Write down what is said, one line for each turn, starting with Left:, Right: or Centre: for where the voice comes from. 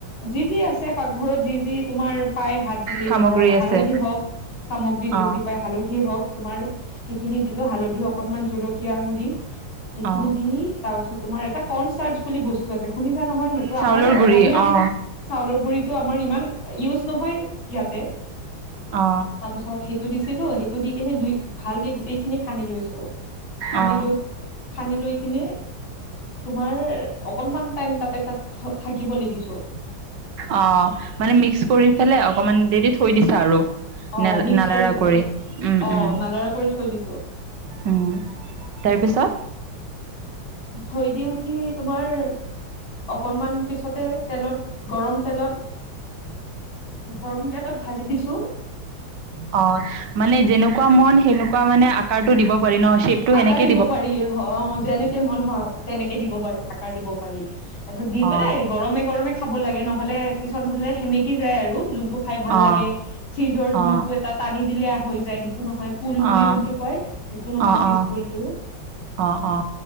Left: জি জি আছে পাকঘৰত যি যি তোমাৰ পাই হাত দিলে
Right: সামগ্ৰী
Left: ধৰা হালধি
Right: আছে
Left: হওঁক সামগ্ৰী যি
Right: অ অ
Left: যি পাই হালধি হওঁক। তোমাৰ সেইখিনি দিলে হালধি অকনমান জলকীয়া গুৰি সেইখিনি
Right: অ
Left: দি তাৰপিছত তোমাৰ এটা কনচাৰ্চ বুলি বস্তু আছে শুনি ছা নহয় সেইটো
Right: চাউলৰ
Left: আমাৰ অসমীয়া
Right: গুৰি
Left: হেৰিত
Right: অ
Left: চাউলৰ গুৰিতো আমাৰ ইমান ইউজ নহয় ইয়াতে
Right: অ
Left: তাৰপিছত সেইটো দি ছিলো সেইটো দি কিনে দুই ভালকে গোটেই খিনি সানি লৈছো। সানি
Right: অ
Left: লৈ সানিলৈ এনে তোমাৰ অকনমান টাইম তাতে তাত থাকিবলৈ দিছো
Right: অ, মানে মিক্স কৰি পেলাই অক অকমান দেৰি থৈ দিছা আৰু।
Left: অ,
Right: নেল
Left: মিক্স
Right: নালাৰা
Left: কৰি পেনে
Right: উম
Left: অ
Right: উম
Left: নালৰা কৰি থৈ দিছ ত
Right: উম তাৰপিছত,
Left: থৈ দি উঠি তোমাৰ অকনমান পিছতে তেলত গৰম তেলত গৰম তেলত ভাজি দিছো।
Right: অ মানে যেনেকুৱা মন সেনেকুৱা মানে আকাৰটো দিব পাৰি ন শ্বেপটো
Left: আকাৰ
Right: সেনেকে
Left: দিব পাৰি, অ-অ যেনেকে মন হ তেনেকে দিব পাৰি আকাৰ দিব পাৰি, তাৰ পিছত দি
Right: অ
Left: পেলাই গৰমে-গৰমে খাব লাগে নহ'লে পিছত হলে সেমেকি যায়, আৰু যোন টো খাই ভাল
Right: অ
Left: লাগে চিজৰ জোনটো
Right: অ অ
Left: এটা টানি দিলা হৈ যায় হি টো নহয় পুল
Right: অ
Left: বুলি যোনটো কয়, সেইটো নহয় চিচ
Right: অ
Left: পুলটো
Right: অ অ